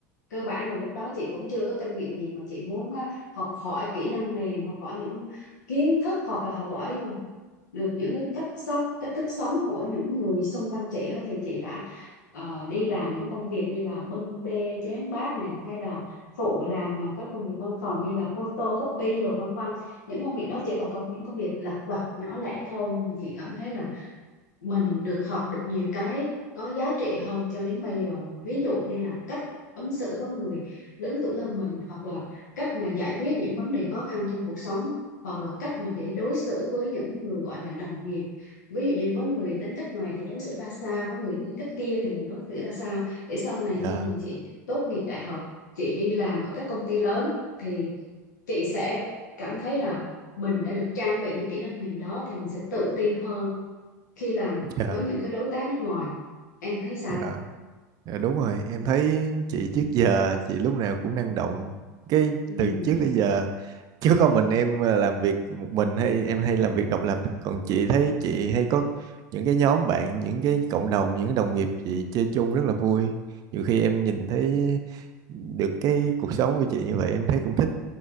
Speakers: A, on the left; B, on the right.
A: cơ bản là lúc đó chị cũng chưa có kinh nghiệm gì mà chị muốn á, học hỏi kỹ năng mềm, học hỏi những kiến thức hoặc là học hỏi được những cái cách sống, cách thức sống của những người xung quanh chị á, thì chị đã ờ, đi làm những công việc như là bưng bê chén bát này hay là phụ làm mà các công việc văn phòng như là photocopy rồi vân vân những công việc đó chỉ là công những công việc lặt vặt nhỏ lẻ thôi nhưng mà chị cảm thấy là mình được học được nhiều cái có giá trị hơn cho đến bây giờ ví dụ như là cách ứng xử với người lớn tuổi hơn mình hoặc là cách mà giải quyết những vấn đề khó khăn trong cuộc sống hoặc là cách mà để đối xử với những người gọi là đồng nghiệp ví dụ như với người tính cách này thì đối xử ra sao với người tính cách kia thì mình đối xử ra sao để sau này
B: dạ,
A: khi mà chị tốt nghiệp đại học chị đi làm ở các công ty lớn thì chị sẽ cảm thấy là mình đã được trang bị những kỹ năng mềm đó thì mình sẽ tự tin hơn khi làm
B: dạ,
A: với những cái đối tác nước ngoài em thấy sao
B: dạ. Dạ, đúng rồi, em thấy chị trước giờ chị lúc nào cũng năng động. Cái
A: ừ.
B: từ trước tới giờ chứ có mình em ờ, làm việc một mình hay em hay làm việc độc lập còn chị thấy chị hay có những cái nhóm bạn những cái cộng đồng những cái đồng nghiệp chị chơi chung rất là vui nhiều khi em nhìn thấy được cái cuộc sống của chị như vậy em thấy cũng thích